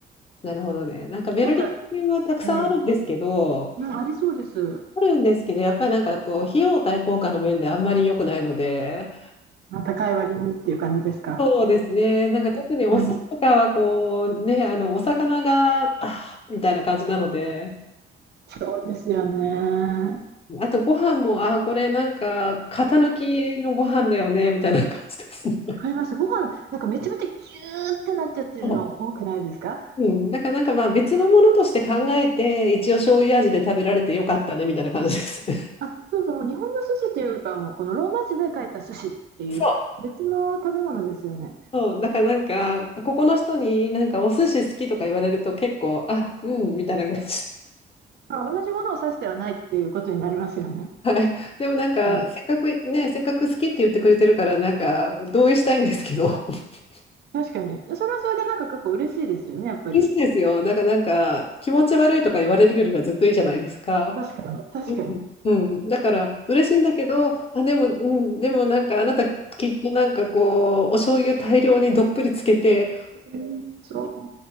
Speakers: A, on the left (about 30°); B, on the right (about 55°).
A: ー、なるほどね。なんかベルリンはたくさんあるんですけど、
B: なんか、ええ、うん、ありそうです。
A: あるんですけど、やっぱりなんかこう、費用対効果の面であんまり良くないので、
B: まあ、高い割にっていう感じですか。
A: そうですね、なんか特にお寿司とかはこう、
B: うん、
A: ね、あのお魚が、あーみたいな感じなので、
B: そうですよね。
A: あとご飯も、あー、これなんか、型抜きのご飯だよね、みたいな感じですね。
B: わかります。ご飯、なんかめちゃめちゃギューってなっちゃってるの多くないですか
A: <laughs> そううん、だからなんかまあ別のものとして考えて、一応醤油味で食べられてよかったね、みたいな感じですね。
B: あ、そうそう、もう日本の寿司というかもうこのローマ字で書いた寿司っていう別の食べ物ですよね。
A: そう。そう、だからなんか、ここの人になんかお寿司好きとか言われると結構、あ、うん、みたいな感じ。
B: まあ、同じものを指してはないっていうことになりますよね。
A: <laughs> でもなんか、
B: うん、
A: せっかくね、せっかく好きって言ってくれてるから、なんか同意したいんですけど、<laughs>
B: 確かに。それはそれでなんか結構嬉しいですよね、やっぱり。
A: いいですよ。なんか、なんか気持ち悪いとか言われるよりはずっといいじゃないですか。
B: 確かに、確かに。
A: うん、うんだから嬉しいんだけど、あ、でも、うん、でもなんかあなたきっとなんかこう、お醤油大量にどっぷりつけて、
B: うんそう、